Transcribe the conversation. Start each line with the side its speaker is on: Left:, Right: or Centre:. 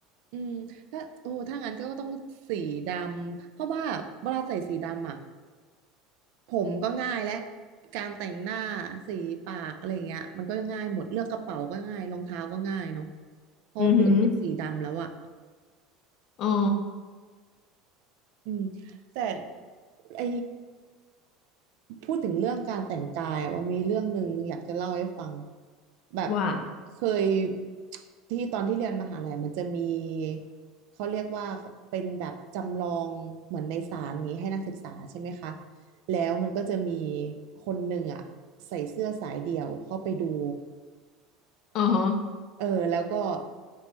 Right: อืมถ้าโอ้ถ้างั้นก็ต้องสีดำเพราะว่าเวลาใส่สีดำอ่ะผมก็ง่ายและการแต่งหน้าสีปากอะไรเงี้ยมันก็ง่ายหมดเลือกกระเป๋าก็ง่ายรองเท้าก็ง่ายเนาะพอเปลี่ยนเป็นสีดำแล้วอ่ะ
Left: อือหืออ๋อ
Right: อืมแต่ไอพูดถึงเรื่องการแต่งกายอะว่ามีเรื่องหนึ่งอยากจะเล่าให้ฟังแบบ
Left: ว่า
Right: เคยที่ตอนที่เรียนมหาลัยมันจะมีเขาเรียกว่าเป็นแบบจำลองเหมือนในศาลนี้ให้นักศึกษาใช่ไหมคะแล้วมันก็จะมีคนหนึ่งอ่ะใส่เสื้อสายเดี่ยวเข้าไปดู
Left: อ๋อฮะ
Right: เออแล้วก็